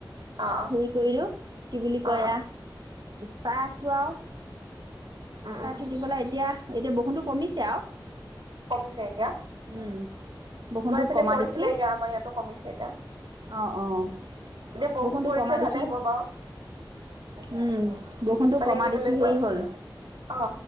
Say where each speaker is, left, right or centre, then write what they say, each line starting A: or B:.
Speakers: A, on the right; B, on the right.
A: অ অ
B: হেৰি কৰিলোঁ কি বুলি কয়
A: অ অ
B: চাই আছোঁ আৰু
A: উম
B: চাই
A: উম
B: থাকিবলৈ এতিয়া এতিয়া বসুো কমিছে আৰু
A: কমিছে এতিয়া
B: উম বৰষুণটো
A: আমাৰ ইপিনে
B: কমা
A: পৰিছিলে
B: দেখি
A: এতিয়া আমাৰ ইয়াতো কমিছে এতিয়া
B: অঁ অঁ
A: এতিয়া বৰষুণ
B: বৰষুণটো
A: পৰিছে
B: কমা
A: ভালে
B: দেখি
A: হব বাৰ
B: উম বৰষুণটো
A: মানে
B: কমা
A: কি
B: দেখি
A: বুলি
B: হেৰি
A: কয়
B: হ'ল
A: অ